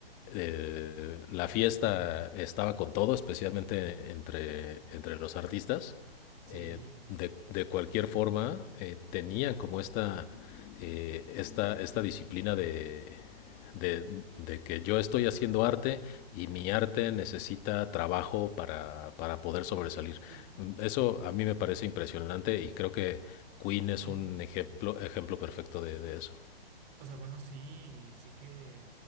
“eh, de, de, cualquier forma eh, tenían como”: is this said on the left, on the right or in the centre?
Left